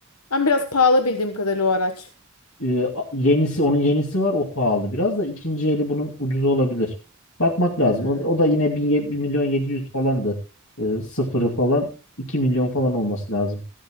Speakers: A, on the left; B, on the left.
A: Ama biraz pahalı bildiğim kadarıyla o araç.
B: E, a- yenisi onun yenisi var o pahalı biraz da ikinci eli bunun ucuz olabilir. Bakmak lazım.
A: Hmm.
B: O, o da yine 1, milyon 700 falandı. E, sıfırı falan 2 milyon falan olması lazım.